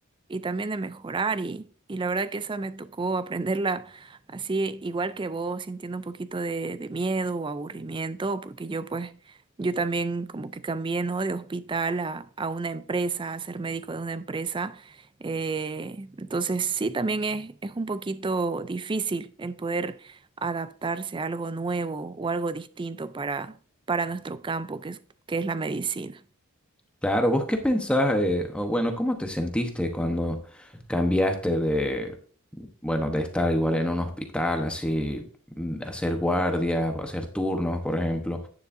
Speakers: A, on the right; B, in the centre.
A: y también de mejorar y, y la verdad que esa me tocó aprenderla así igual que vos, sintiendo un poquito de, de miedo o aburrimiento, porque yo pues yo también como que cambié, ¿no? De hospital a, a una empresa, a ser médico de una empresa. Eh, entonces sí, también es, es un poquito difícil el poder adaptarse a algo nuevo o algo distinto para, para nuestro campo, que es, que es la medicina.
B: Claro, ¿vos qué pensás? eh, o bueno, ¿cómo te sentiste cuando cambiaste de, bueno, de estar igual en un hospital, así, mm, hacer guardias, hacer turnos, por ejemplo,